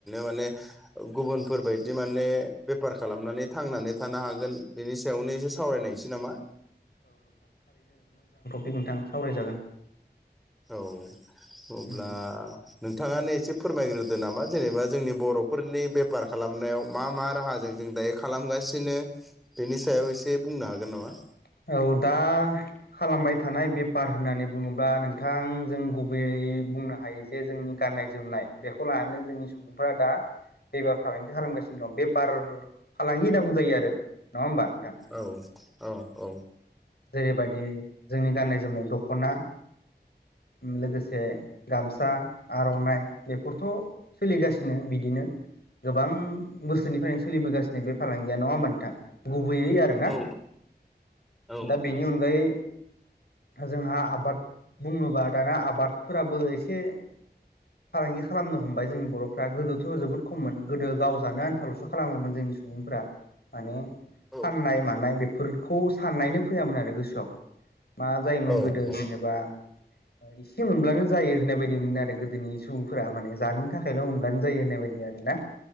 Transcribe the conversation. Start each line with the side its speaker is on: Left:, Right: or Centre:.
Centre: माने गुबुनफोरबायदि माने बेफार खालामनानै थांनानै थानो हागोन नि सायावनो एसे सावरायनायसै नामा
Left: दे नोंथां सावरायजागोन
Centre: औ अब्ला
Left: उम
Centre: नोंथाङानो एसे फोरमायग्रोदो नामा जेनेबा जोंनि बर'फोरनि बेफार खालामनायाव मा मा राहाजों जों दायो खालामगासिनो बेनि सायाव एसे बुंनो हागोन नामा
Left: औ दा खालामबाय थानाय बेफार होननानै बुङोबा नोंथां जों गुबैयै बुंनो हायो जे जोंनि गाननाय जोमनाय बेखौ लानानै जोंनि सुबुंफ्रा दा बेफार फालांगि खालामगासिनो दं बेफार- फालांगि होनना बुंजायो आरो नङा होमबा नोंथां
Centre: औ -औ -औ
Left: जेरैबायदि जोंनि गाननाय - जोमनाय दखना लोगोसे गामसा, आरनाइ बेफोरथ' सोलिगासिनो बिदिनो गोबां बोसोरनिफ्रायनो सोलिबोगासि बे फालांगिया नङा होमबा नोंथां गुबैयै आरो ना
Centre: औ औ औ
Left: दा बेनि अनगायै जोंहा आबाद बुङोबा दाना आबादफोराबो एसे फालांगि खालामनो हम हमबाय जोंनि बर'फ्रा गोदोथ जोबोद खममोन गोदो गाव जानो आन्थाल'सो खालामोमोन जोंनि सुबुंफ्रा माने
Centre: औ
Left: फाननाय मानाय बेफोरखौ साननायनो फैयामोन आरो गोसोआव मा जायोमोन
Centre: औ
Left: गोदो जेनेबा एसे मोनब्लानो जायो होननाय बायदि मोनो आरो गोदोनि सुबुंफोरा माने जानो थाखायल मोनब्लानो जायो होननाय बायदि आर ना